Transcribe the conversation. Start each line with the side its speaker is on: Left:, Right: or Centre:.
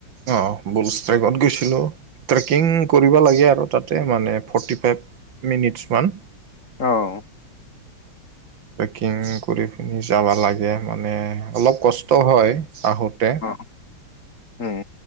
Right: অ বোলট্ৰেকত গৈছিলোঁ। ট্ৰেকিং কৰিব লাগে আৰু তাতে মানে ফৰ্টি ফাইভ মিনিটছ মান।
Left: অঁ।
Right: ট্ৰেকিং কৰি পিনি যাবা লাগে মানে অলপ কষ্ট হয় আহোতে।
Left: অ উম